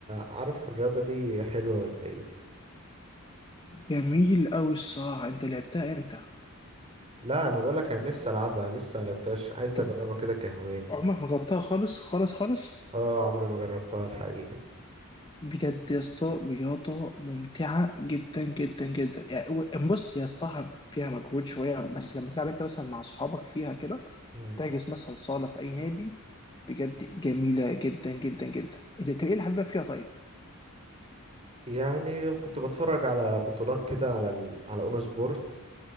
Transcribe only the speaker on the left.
جميل قوي الصراحه انت لعبتها امتى
طب
عمرك ما جربتها خالص خالص خالص
بجد يا اسطى رياضه ممتعه جدا جدا جدا يعني هو- بص هي الصراحه فيها مجهود شويه بس لما تلعب انت مثلا مع اصحابك فيها كده
تحجز مثلا صاله في اي نادي بجد جميله جدا جدا جدا إيه- طب ايه اللي حبيبك فيها طيب